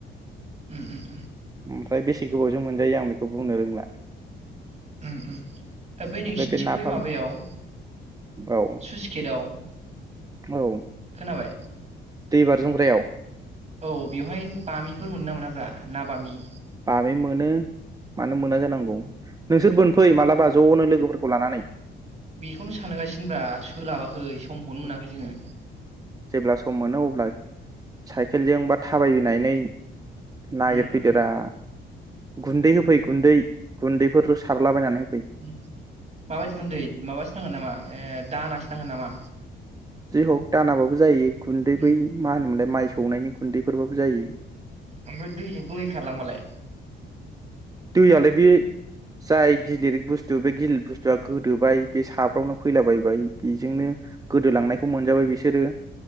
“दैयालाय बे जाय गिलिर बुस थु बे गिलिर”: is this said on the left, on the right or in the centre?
Right